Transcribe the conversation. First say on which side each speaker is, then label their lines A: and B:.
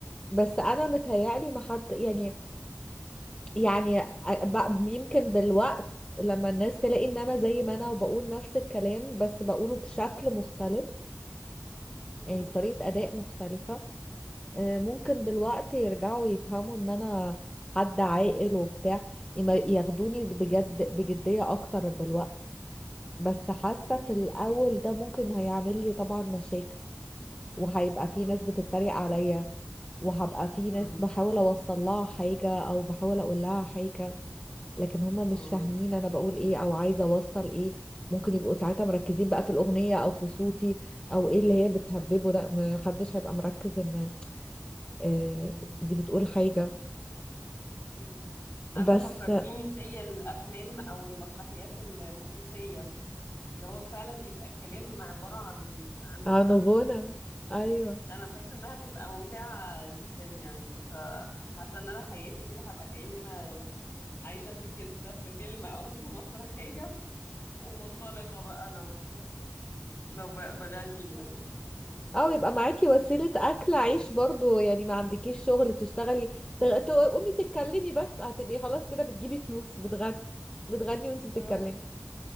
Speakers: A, on the left; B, on the left.
A: بس انا متهيألي ما حد يعني يعني ب- يمكن بالوقت لما الناس تلاقي ان انا زي ما انا وبقول نفس الكلام بس بقوله بشكل مختلف
B: مم.
A: يعني بطريقة اداء مختلفة آه، ممكن بالوقت يرجعوا يفهموا ان انا حد عاقل وبتاع يما- ياخدوني بجد بجدية اكتر بالوقت بس حاسة
B: مم.
A: في الاول ده ممكن هيعمل لي طبعا مشاكل وهيبقى في
B: مم.
A: ناس بتتريق عليا وهبقى في
B: مم.
A: ناس بحاول اوصل لها حاجة او بحاول اقول لها حاجة لكن هم
B: مم.
A: مش فاهمين انا بقول ايه او عايزة اوصل ايه ممكن يبقوا ساعتها مركزين بقى في الأغنية او في صوتي او ايه اللي هي بتهببه ده محدش هيبقى مركز ان آه،
B: مم.
A: دي بتقول حاجة
B: مم. عارفة
A: بس
B: فكرتيني زي الأفلام أو المسرحيات الموسيقية اللي هو فعلا بيبقى الكلام عبارة عن عن غنى
A: عن غنى ايوه
B: أنا بحس إنها بتبقى ممتعة جدا يعني ف- فحاسة إن أنا حياتي كده هبقى كأني أنا عايشة في كده في فيلم أو <laughs> في مسرحية ومنطلقة بقى لو لو ب- بغني يعني
A: اه يبقى معاكي وسيلة أكل عيش برضو يعني ما عندكيش شغل تشتغلي تغ- تقومي تتكلمي بس هتبقي خلاص كده بتجيبي فلوس بتغني بتغني وانت بتتكلمي
B: اه